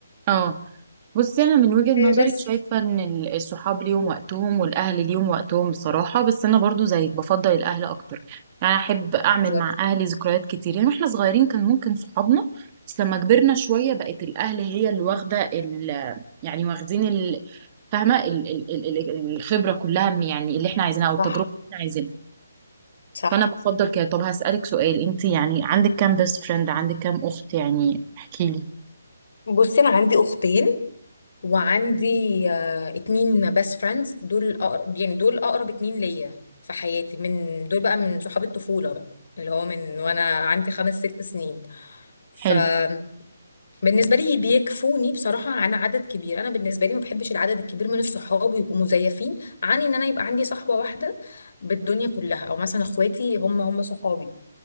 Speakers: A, on the right; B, on the left.
A: اه بصي انا من وجهه نظري
B: آه، بس
A: شايفه ان ال- الصحاب ليهم وقتهم والاهل ليهم وقتهم بصراحه بس انا برضو زيك بفضل الاهل اكتر يعني احب اعمل
B: بالظبط
A: مع اهلي ذكريات كتير يعني واحنا صغيرين كان ممكن صحابنا بس لما كبرنا شويه بقت الاهل هي اللي واخده ال يعني واخدين ال- فاهمه ال- ال- ال- ال- الخبره كلها يعني اللي احنا عايزينها او التجربه
B: صح
A: اللي احنا عايزينها
B: صح
A: فانا بفضل كده طب هسألك سؤال انت يعني عندك كام بيست فريند عندك كام اخت يعني احكي لي
B: بصي انا عندي اختين وعندي آه، اتنين بيست فريندز دول أقرب يعني دول أقرب اتنين ليا في حياتي من دول بقى من صحاب الطفولة بقى اللي هو من وأنا عندي خمس ست سنين فبالنسبة
A: حلو
B: لي بيكفوني بصراحة عن عدد كبير أنا بالنسبة لي ما بحبش العدد الكبير من الصحاب يبقوا مزيفين عن إن أنا يبقى عندي صحبة واحدة بالدنيا كلها أو مثلا إخواتي هم هم صحابي